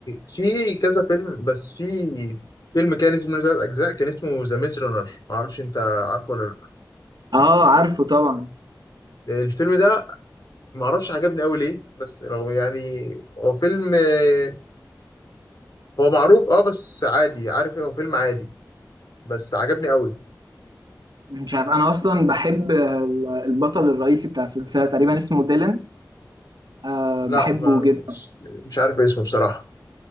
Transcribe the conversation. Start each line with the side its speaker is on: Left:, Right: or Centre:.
Left: في كذا فيلم بس في فيلم كان اسمه ثلاث اجزاء كان اسمه ذا ميز رانر ما اعرفش انت عارفه ولا
Right: اه عارفه طبعا
Left: لا الفيلم ده ما اعرفش عجبني قوي ليه بس رغم يعني هو فيلم آه، هو معروف اه بس عادي عارف ايه هو فيلم عادي بس عجبني قوي
Right: مش عارف انا اصلا بحب ال- البطل الرئيسي بتاع السلسله تقريبا اسمه ديلان أه
Left: لا
Right: بحبه
Left: ما
Right: جدا
Left: مش مش عارف اسمه بصراحه